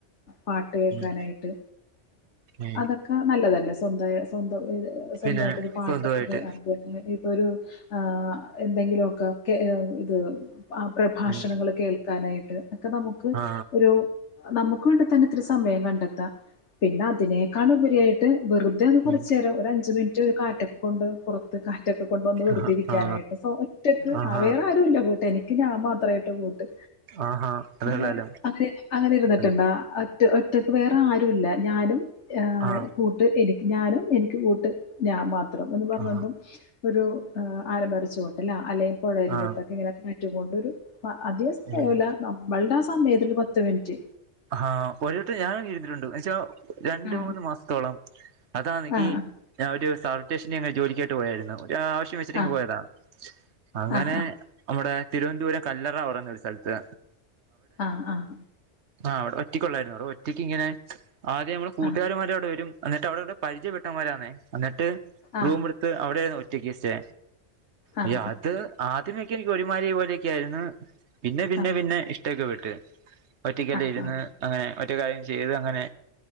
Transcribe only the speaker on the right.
ഉം ഉം
പിന്നെ
സ്വന്തമായിട്ട്
ഉം
ആ
ഉം
ആഹ ആ
ആഹാ
ആഹാ അതേള്ളല്ലോ
അതെ
ആ
ആ
ആ
ഉം
ആഹ് <unintelligible> പഷേ രണ്ട്
മൂന്ന് മാസ്ത്തോളം അതാണെങ്കി
ഞാ ഒരു സർട്ടേഷന്റെ അങ്ങനെ ജോലിക്കയിട്ട് പോയായിരുന്നു ഒരാവ്ഷ് <unintelligible> വെച്ചിട്ടിങ്
പോയതാ അങ്ങനെ
അവിടെ തിരുവനന്തപുരം കല്ലറ പറയുന്ന ഒരു സ്ഥലത്ത്
ആഹ് അവിടെ ഒറ്റക്കുള്ളായിരുന്നു അവിടെ ഒറ്റയ്ക്ക് ഇങ്ങനെ ആദ്യം നമ്മള് കൂട്ടുകാർമാരെവിടെ
വരും ന്നട്ട് അവിടെവിടെ പരിചയപ്പെട്ടവ ന്മാരന്നേ എന്നിട്ട്
റൂം എടുത്ത് അവിടെ ഒറ്റയ്ക്ക് സ്റ്റെ
അയ്യോ അത് ആദ്യമൊക്കെ എനിക്ക് ഒഴിമാരി പോലെയൊക്കെ ആയിരുന്നു പിന്നെ പിന്നെ
പിന്നെ ഇഷ്‌ റ്റക്ക് വിട്ട് ഒറ്റക്കല്ലാം
ഇരുന്ന്
അങ്ങനെ ഒറ്റ കാര്യം ചെയ്ത് അങ്ങനെ